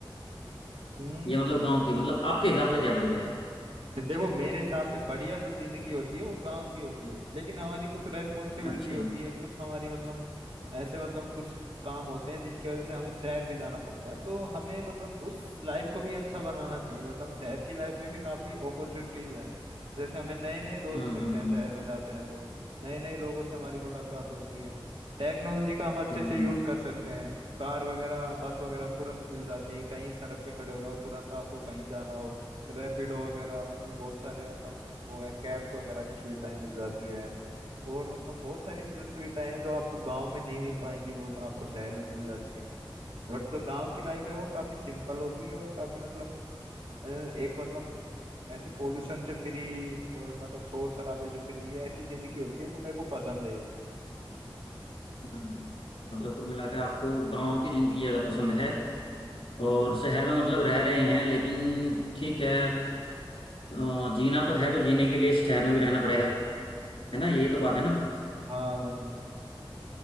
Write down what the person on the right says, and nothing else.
हम्म,
देखो मेरे हिसाब से बढ़िया जो जिंदगी होती है वो गांव की होती है लेकिन हमारी कुछ रेस्पॉन्सिबिलिटी
होती
है कुछ हमारी मतलब ऐसे मतलब कुछ काम होते हैं जिनकी वजह से हमें शहर भी जाना पड़ता है तो हमें मतलब उस लाइफ को भी अच्छा बनाना चाहिए मतलब शहर की लाइफ में भी काफी अपॉर्चुनिटीज हैं जैसे हमें नए नए दोस्त
मिलते
हैं शहर में जाते हैं तो नए नए लोगों से हमारी मुलाकात होती है टेक्नोलॉजी का हम अच्छे
से यूज कर सकते हैं कार वगैरह बस वगैरह तुरंत मिल जाती है कहीं सड़क पे खड़े हो जाओ तुरंत आपको कहीं जाना हो रैपिडो वगैरह मतलब बहुत सारे मतलब वो है कैब्स वगैरह की सुविधाएं मिल जाती है और मतलब बहुत सारी जो सुविधाएं हैं जो आपको गांव में नहीं मिल पाएंगी वो आपको शहर में मिल जाती है बट जो गांव की लाइफ है वो काफी सिंपल होती है और काफी मतलब अ, एक मतलब ऐसे पोल्यूशन से फ्री और मतलब शोर शराबे से फ्री ये ऐसी जिंदगी होती है तो मेरे को पसंद है ये
बिल्कुल
हाँ भाई